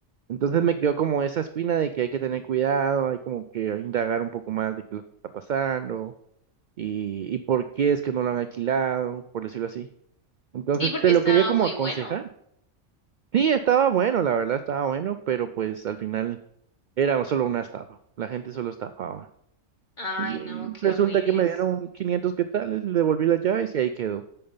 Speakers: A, on the right (about 70°); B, on the left (about 35°).
A: Entonces me quedó como esa espina de que hay que tener cuidado, hay como que indagar un poco más de qué es lo que está pasando y, y por qué es que no lo han alquilado, por decirlo así. Entonces
B: Sí, porque
A: te lo
B: estaba
A: quería como
B: muy
A: aconsejar.
B: bueno.
A: Sí, estaba bueno, la verdad estaba bueno, pero pues al final era solo una estafa. La gente solo estafaba.
B: Ay,
A: Y
B: no, qué
A: resulta
B: horribles.
A: que me dieron 500 quetzales, le devolví las llaves y ahí quedó.